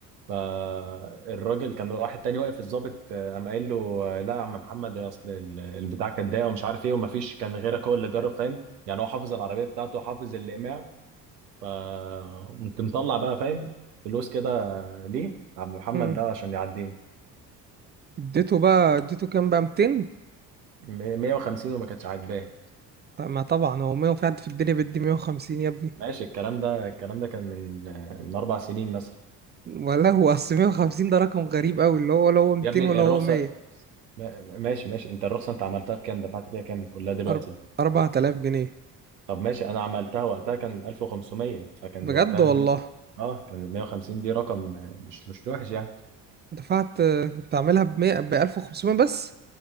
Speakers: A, on the right; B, on the right.
A: فالراجل كان واحد تاني واقف الضابط آه، قام قايل له آه، لا يا عم محمد يا اصل ال- البتاع كان ضايق ومش عارف ايه ومفيش كان غيرك هو اللي جرب فاهم يعني هو حافظ العربيه بتاعته وحافظ الاقماع فقمت مطلع بقى فاهم فلوس كده ليه عم محمد
B: مم.
A: ده عشان يعديني
B: اديته بقى اديته كام بقى 200
A: م- 150 وما كانتش عاجباه
B: ما طبعا هو 100 في حد في الدنيا بيدي 150 يا ابني
A: ماشي الكلام ده الكلام ده كان من آه، من اربع سنين مثلا
B: ولا هو اصل 150 ده رقم غريب قوي اللي هو ولا هو 200
A: يا ابني
B: ولا
A: الرخصه
B: هو 100
A: ما- ماشي ماشي انت الرخصه انت عملتها بكام دفعت فيها كام كلها دلوقتي
B: أر- 4000 جنيه
A: طب ماشي انا عملتها وقتها كان 1500 فكان
B: بجد
A: وقتها
B: والله
A: ال 100 اه كان ال 150 دي رقم مش مش وحش يعني
B: دفعت آه، كنت عاملها ب 100 ب 1500 بس